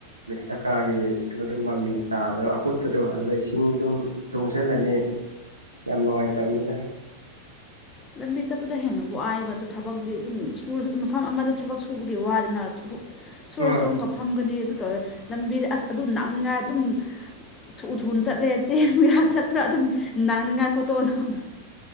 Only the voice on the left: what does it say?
ꯂꯝꯕꯤ ꯆꯠꯄꯗ ꯍꯦꯟꯅꯕꯨ ꯋꯥꯏꯑꯕ ꯑꯗꯨ ꯊꯕꯛꯇꯤ ꯑꯗꯨꯝ ꯃꯐꯝ ꯑꯃꯗ ꯊꯕꯛ ꯁꯨꯕꯒꯤ ꯋꯥꯗꯅ ꯁꯣꯔꯁꯨ
ꯑꯃ ꯀꯞ ꯐꯝꯒꯅꯤ ꯂꯝꯕꯤꯗ ꯑꯁ ꯑꯗꯨꯝ ꯅꯥꯛꯅꯤꯡꯉꯥꯏ ꯑꯗꯨꯝ ꯊꯨ ꯊꯨꯅ ꯆꯠꯂꯦ ꯆꯦꯟꯠ ꯄꯨꯔꯥ ꯑꯗꯨꯝ ꯅꯥꯡꯅꯤꯡꯉꯥꯏ ꯐꯣꯠꯇꯣ ꯑꯗꯨꯝ